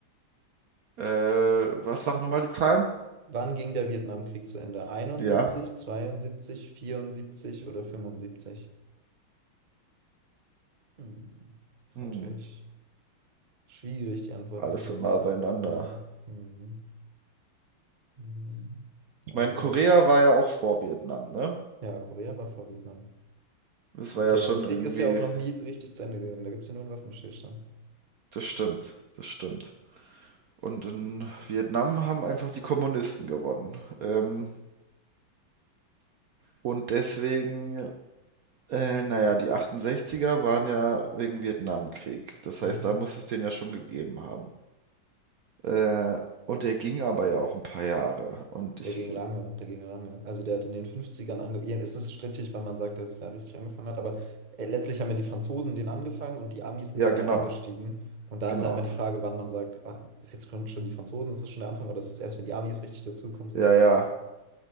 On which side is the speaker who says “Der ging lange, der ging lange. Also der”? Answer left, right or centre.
Right